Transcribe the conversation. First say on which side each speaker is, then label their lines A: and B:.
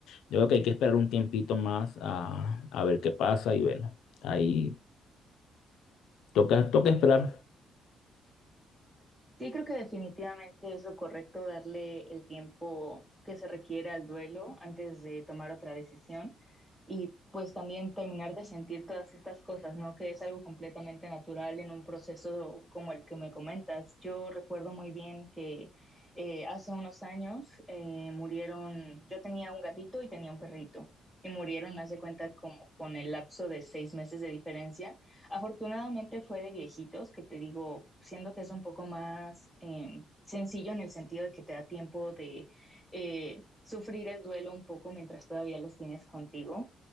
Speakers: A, on the left; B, in the centre.
A: Yo creo que hay que esperar un tiempito más a, a ver qué pasa y bueno, ahí toca, toca esperar.
B: Sí, creo que definitivamente es lo correcto darle el tiempo que se requiere al duelo antes de tomar otra decisión y pues también terminar de sentir todas estas cosas, ¿no? Que es algo completamente natural en un proceso como el que me comentas. Yo recuerdo muy bien que eh, hace unos años eh, murieron, yo tenía un gatito y tenía un perrito y murieron, hace cuenta, como con el lapso de seis meses de diferencia. Afortunadamente fue de viejitos, que te digo, siendo que es un poco más eh, sencillo en el sentido de que te da tiempo de eh, sufrir el duelo un poco mientras todavía los tienes contigo.